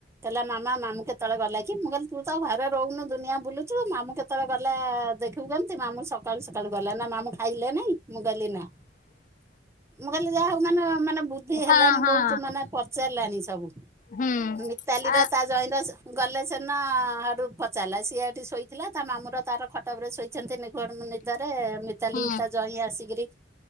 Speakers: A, on the right (about 15°); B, on the left (about 45°).
A: କହିଲା ମାମା, ମାମୁଁ କେତେବେଳେ ଗଲା କି? ମୁଁ କହିଲି ତୁ ତ ଘରେ ରହୁନୁ ଦୁନିଆ ବୁଲୁଛୁ। ମାମୁଁ କେତେବେଳେ ଗଲା-ଆ ଦେଖିବୁ କେମିତି? ମାମୁଁ ସକାଳୁ ସକାଳୁ ଗଲା ନା। ମାମୁଁ ଖାଇଲେ ନାଇଁ? ମୁଁ କହିଲି ନା।
B: <unintelligible>
A: ମୁଁ କହିଲି, ଯାହା ହଉ ମାନେ ମାନେ ବୁଦ୍ଧି
B: ହଁ
A: ହେଲାଣି
B: ହଁ
A: ବହୁତ। ମାନେ ପଚାରିଲାଣି ସବୁ।
B: ହୁଁ
A: ମିତାଲି
B: ଆ
A: ର ତା ଜଇଁର ସ ଗଲେ। ସେନା ହାଟୁ ପଚାରିଲା। ସିଏ ଏଠି ଶୋଇଥିଲା ତା ମାମୁଁ ର ତାର ଖଟପରେ ଶୋଇଛନ୍ତି ନିଘୋଡ଼ ନିଦରେ-ଏ। ମିତାଲି
B: ହୁଁ
A: ତା ଜଇଁ ଆସିକିରି